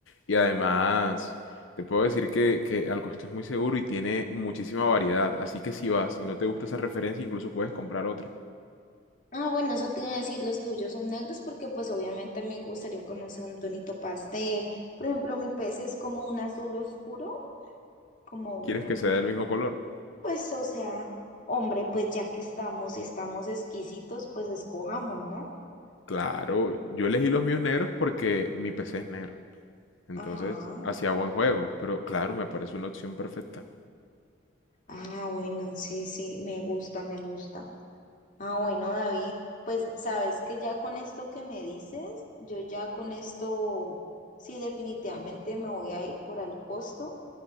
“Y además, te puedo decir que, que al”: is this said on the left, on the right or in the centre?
Left